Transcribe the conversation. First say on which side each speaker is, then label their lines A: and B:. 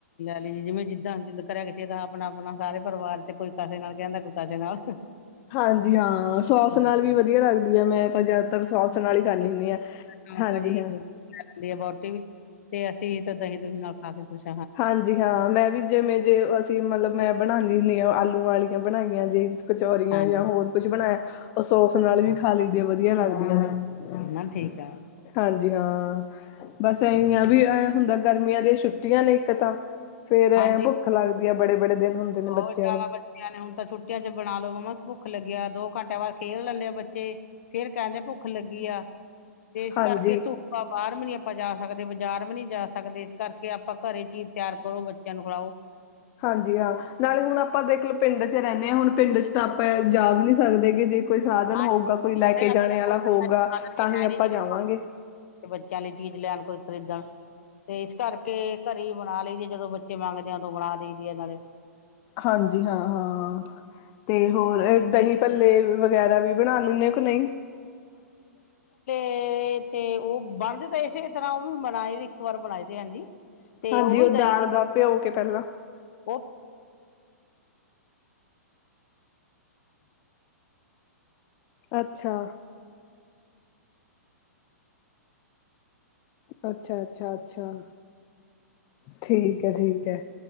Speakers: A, on the left (about 60°); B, on the left (about 35°).
A: ਜ ਜਿਵੇਂ ਜਿੱਦਾਂ ਦਿਲ ਕਰਿਆ ਕਿਸੇ ਦਾ ਆਪਣਾ ਆਪਣਾ ਸਾਰੇ ਪਰਿਵਾਰ ਚ ਕੋਈ ਕੇ ਨਾਲ ਕਹਿੰਦਾ ਕੋਈ ਕੇ ਨਾਲ,
B: ਹਾਂਜੀ ਹਾਂ ਸੋਸ
A: ਹਾਂਜੀ
B: ਨਾਲ ਵੀ ਵਧੀਆ ਲੱਗਦੀ ਹੈ ਮੈਂ ਤਾਂ ਜ਼ਿਆਦਾਤਰ ਸੋਸ ਨਾਲ ਹੀ, ਖਾਂਦੀ
A: ਹਾਂ,
B: ਹੁੰਦੀ ਹਾਂਜੀ
A: ਭਾਜੀ
B: ਹਾਂ
A: ਦੀ ਆ ਬਹੁਟੀ ਵੀ, ਤੇ ਅਸੀਂ ਤਾਂ ਦਹੀਂ ਦੁਹੀਂ ਨਾਲ ਖਾ ਕੇ ਖੁਸ਼ ਆ।
B: ਹਾਂਜੀ, ਹਾਂ ਮੈਂ ਵੀ ਜਿਵੇਂ ਜੇ ਅਸੀਂ ਮਤਲਬ ਮੈਂ ਬਣਾਦੀ ਹੁੰਦੀ ਆਲੂ ਆਲੀਆਂ ਬਣਾਈਆਂ ਜੇ ਕਚੌਰੀਆਂ
A: ਹਾਂਜੀ
B: ਜਾਂ ਹੋਰ ਕੁਝ ਬਣਾਇਆ। ਉਹ ਸੋਸ ਨਾਲ
A: ਹਾਂ
B: ਵੀ ਖਾ ਲਈਦੇ ਆ ਵਧੀਆ ਲੱਗਦਾ। <inaudible>
A: ਨਾ ਠੀਕ ਆ
B: ਹਾਂਜੀ, ਹਾਂ। ਬਸ ਇਨਆਂ ਵੀ ਹੁੰਦਾ ਗਰਮੀਆਂ ਦੀਆਂ ਛੁੱਟੀਆਂ ਨੇ ਇਕ ਤਾ ਫੇਰ ਐਂ
A: ਹਾਂਜੀ,
B: ਭੁੱਖ ਲੱਗਦੀ ਐ। ਬੜੇ ਬੜੇ ਦਿਨ ਹੁੰਦੇ ਨੇ
A: ਬਹੁਤ
B: ਬੱਚਿਆਂ
A: ਜ਼ਿਆਦਾ
B: ਨੂੰ
A: ਬੱਚਿਆਂ ਨੇ ਹੁਣ ਤਾਂ ਛੁੱਟੀਆਂ ਚ ਬਣਾ ਲੋ ਮੰਮਾ ਭੁੱਖ ਭੁੱਖ ਲੱਗਿਆ ਦੋ ਘੰਟਿਆਂ ਬਾਅਦ ਖੇਲ ਲੈਂਦੇ ਆ ਬੱਚੇ ਫੇਰ ਕਹਿੰਦੇ ਆ ਭੁੱਖ ਲੱਗੀ ਆ ਤੇ ਇਸ
B: ਹਾਂਜੀ
A: ਕਰਕੇ ਧੁੱਪਾ ਬਾਹਰ ਵੀ ਨੀ ਆਪਾਂ ਜਾ ਸਕਦੇ ਬਾਜ਼ਾਰ ਵੀ ਨੀ ਜਾ ਸਕਦੇ ਇਸ ਕਰਕੇ ਆਪਾਂ ਘਰੇ ਚੀਜ਼ ਤਿਆਰ ਕਰੋ ਬੱਚਿਆਂ ਨੂੰ ਖਲਾਓ।
B: ਹਾਂਜੀ ਹਾਂ। ਨਾਲੇ ਹੁਣ ਆਪਾਂ ਦੇਖ ਲਓ ਪਿੰਡ ਇਥੇ ਰਹਿੰਦੇ ਹਾਂ ਹੁਣ ਪਿੰਡ ਚ ਤਾਂ ਆਪਾਂ ਜਾ ਵੀ ਨਹੀਂ ਸਕਦੇ ਗ ਜੇ ਕੋਈ ਸਾਧਨ
A: ਹਾਂਜੀ
B: ਹੋਊਗਾ ਕੋਈ ਲੈ
A: ਫਰ
B: ਕੇ
A: ਆਪਣੇ
B: ਜਾਣੇ ਵਾਲਾ
A: ਕੋ ਫ
B: ਹੋਊਗਾ ਤਾਂ
A: ਵੀਣੀ
B: ਹੀ ਆਪਾਂ
A: ਜੀ
B: ਜਾਵਾਂਗੇ
A: ਵੀ ਬੱਚਿਆਂ ਲਈ ਚੀਜ਼ ਲੈਣ ਕੋਈ ਖਰੀਦਣ ਤੇ ਇਸ ਕਰਕੇ ਘਰੇ ਬਣਾ ਲਈਏ ਜਦੋਂ ਬੱਚੇ ਮੰਗਦਿਆਂ ਤੋਂ ਬਣਾ ਦੇ ਦੀ ਆ ਇਹਨਾਂ ਨੇ
B: ਹਾਂਜੀ ਹਾਂ-ਹਾਂ ਤੇ ਹੋਰ ਦਹੀਂ ਭੱਲੇ ਵਗੈਰਾ ਵੀ ਬਣਾ ਲੈਂਨ ਕੋ ਨਹੀਂ
A: ਤੇ-ਤੇ ਉਹ ਬਣਦੇ ਤਾਂ ਇਸੇ ਤਰ੍ਹਾਂ ਉਹ ਵੀ ਬਣਾਏ ਇੱਕ ਵਾਰ ਬਣਾਏ ਹਾਂਜੀ ਤੇ
B: ਹਾਂਜੀ
A: ਵੀ
B: ਉਹ
A: ਦਹੀਂ
B: ਦਾਲ
A: ਦੇ
B: ਦਾ ਭਿਓ ਕੇ ਪਹਿਲਾਂ
A: ਉਹ
B: ਅੱਛਾ ਅੱਛਾ-ਅੱਛਾ-ਅੱਛਾ ਠੀਕ ਹੈ-ਠੀਕ ਹੈ